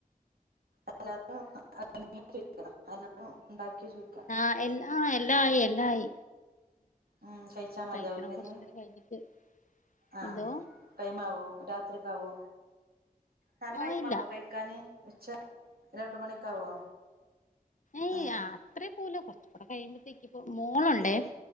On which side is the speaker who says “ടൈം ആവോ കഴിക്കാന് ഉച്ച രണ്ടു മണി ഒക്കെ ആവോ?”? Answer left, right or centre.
Right